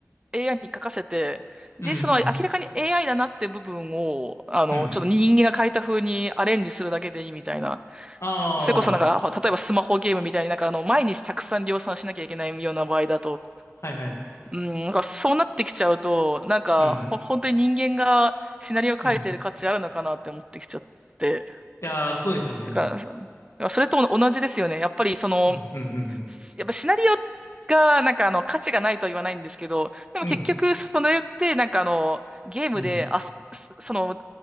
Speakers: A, on the right; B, on the left.
A: AI に書かせて、で、
B: うん、うん。
A: その明らかに AI だなって部分を、あの、
B: うん。
A: ちょっと人間が書いた風にアレンジするだけでいいみたいな。
B: ああ、
A: そそれこそなんか、例えばスマホゲームみたいになんかあの、毎日たくさん量産しなきゃいけないような場合だと、
B: はいはい。
A: うん、なんかそうなってきちゃうと、なんか、
B: うん。
A: ほ、本当に人間がシナリオ書いてる価値あるのかなって思ってきちゃって。
B: うん。いやー、そうですよね。
A: だからさ、そだからそれと同じですよね。やっぱりその、
B: うん、うん、うん、うん。
A: すやっぱシナリオが、なんかあの、価値がないとは言わないんですけど、でも結局、
B: うん
A: それって、なんかあの、ゲームで、
B: うん。
A: あ、すすその、